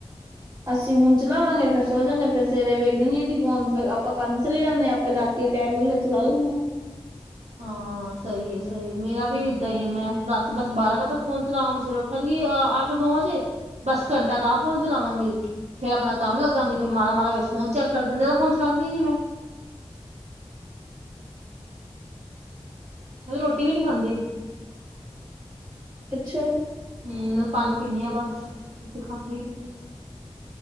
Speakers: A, on the right (about 35°); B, on the right (about 80°).
A: ਅਸੀ ਹੁਨ ਚਲਾਵਾਂਗੇ ਫੇਰ ਸੋ ਜਾਂਗੇ ਫੇਰ ਸਵੇਰੇ ਵੇਖਦੇ ਨੀ ਅਸੀ ਫੋਨ ਫੇਰ ਆਪਾ ਕੰਮ ਚਲੇ ਜਾਂਨੇ ਆ ਫੇਰ ਰਾਤੀ ਟਾਈਮ <inaudible> ਚਲਾ ਲੈਂਨੇ ਆ।
B: ਹਾਂ ਸਹੀ ਏ ਸਹੀ ਏ ਮੇਰਾ ਵੀ ਏਦਾਂ ਹੀ ਏ ਮੈਂ ਹੁਨ ਰਾਤੀ ਬਸ ਬਾਰਾਂ ਵਜੇ ਤੱਕ ਫ਼ੋਨ ਚਲਾਵਾਂਗੀ ਸਵੇਰ ਉੱਠਾਂਗੀ ਅੱਠ ਨੌ ਵਜੇ ਬਸ ਘੰਟਾ ਤਾਂ ਫੋਨ ਚਲਾਵਾਂਗੀ, ਫੇਰ ਆਪਨਾ ਕੰਮ ਲੱਗਾਂਗੀ ਫੇਰ ਮਾੜਾ, ਮਾੜਾ ਵੇਚ ਫੋਨ ਚੈੱਕ ਕਰ <inaudible> ਫੋਨ ਚਲਾਂਦੀ ਨੀ ਮੈਂ ਹੂੰ, ਰੋਟੀ ਵੀ ਨੀ ਬਂਦੀ
A: ਅੱਛਾ
B: ਹੂੰ, ਪਾਨੀ ਪੀਨੀ ਆਂ ਬਸ ਰੋਟੀ ਖਾਂਦੀ-